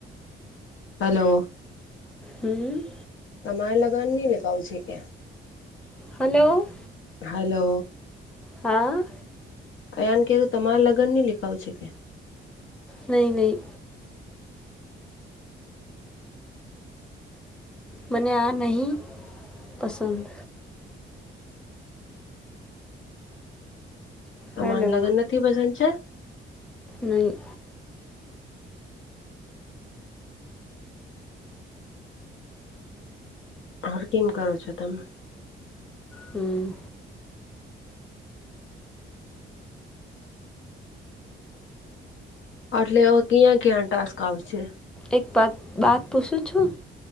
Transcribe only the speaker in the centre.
હમ.
હલો.
હા.
નઈ નહી. મને આ નહીં પસંદ. હલો
નહી.
હમ.
એક પત વાત પૂછું છું?